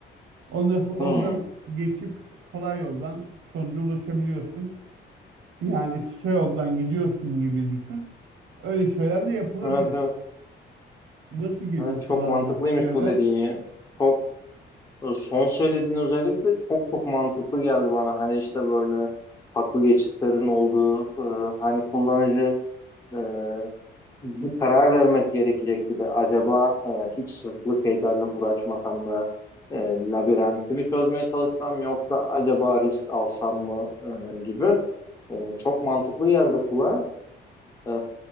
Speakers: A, on the right; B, on the left.
A: Ondan sonra oradan
B: Hı.
A: geçip kolay yoldan sonuca ulaşabiliyorsun. Yani kısa yoldan gidiyorsun gibi düşün. Öyle şeyler de yapılabilir.
B: Evet evet.
A: Nasıl geliyor
B: Evet çok
A: kulağına
B: mantıklıymış
A: bu fikirler?
B: bu dediğin ya. Çok e, son söylediğin özellikle çok çok mantıklı geldi bana. Hani işte böyle haklı geçitlerin olduğu e, hani kullanıcı e, bir karar vermesi gerekecek bir de acaba e, hiç sırtlı şeylerle uğraşmasam da e, labirentimi çözmeye çalışsam yoksa acaba risk alsam mı e, gibi E, çok mantıklı geldi kulağa. E,